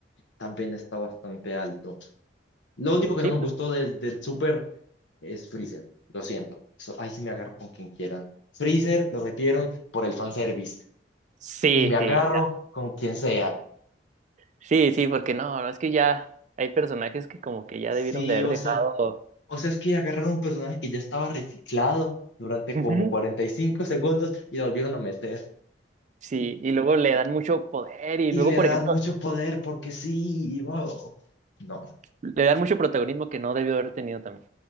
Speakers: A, on the left; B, on the right.
A: también está bastante alto. Lo único que
B: Sí,
A: no me
B: pues,
A: gustó del, del Super es Freezer. Lo siento. So- ahí sí me agarro con quien quieran. Freezer lo metieron por el fanservice.
B: sí,
A: Y me agarro
B: sí, ya.
A: con quien sea.
B: sí, sí, porque no, no, es que ya hay personajes que como que ya
A: Sí,
B: debieron de haber
A: o
B: dejado.
A: sea, o sea, es que agarraron un personaje que ya estaba reciclado durante
B: Ujú.
A: como 45 segundos y lo volvieron a meter.
B: Sí,
A: Y,
B: y luego le dan mucho poder y
A: y
B: luego,
A: le
B: por
A: dan
B: ejemplo,
A: mucho poder porque sí, y wow. No.
B: le dan mucho protagonismo que no debió haber tenido también.